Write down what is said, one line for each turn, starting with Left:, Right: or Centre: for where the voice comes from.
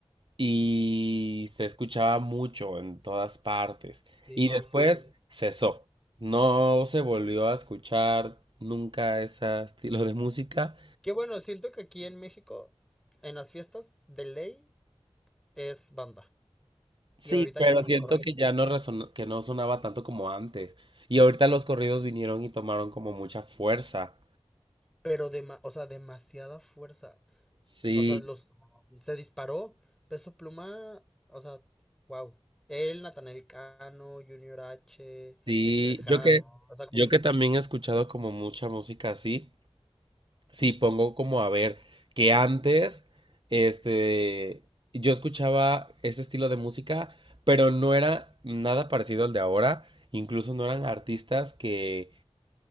Right: y se escuchaba mucho en todas partes.
Centre: Sí,
Right: Y después
Centre: sí, sí.
Right: cesó. No se volvió a escuchar nunca ese estilo de música.
Centre: Que bueno, siento que aquí en México, en las fiestas de ley, es banda.
Right: Sí,
Centre: Y ahorita
Right: pero
Centre: ya también
Right: siento
Centre: corridos.
Right: que ya no resonó- que no sonaba tanto como antes. Y ahorita los corridos vinieron y tomaron como mucha fuerza.
Centre: Pero, dema- o sea, demasiada fuerza.
Right: Sí,
Centre: O sea, los se disparó. Peso Pluma, o sea, wow. Él, Natanael Cano, Junior H,
Right: sí.
Centre: el Javi.
Right: Yo que,
Centre: O sea, como
Right: yo
Centre: que-
Right: que también he escuchado como mucha música así. Sí, pongo como a ver que antes, este, yo escuchaba ese estilo de música, pero no era nada parecido al de ahora. Incluso no eran artistas que,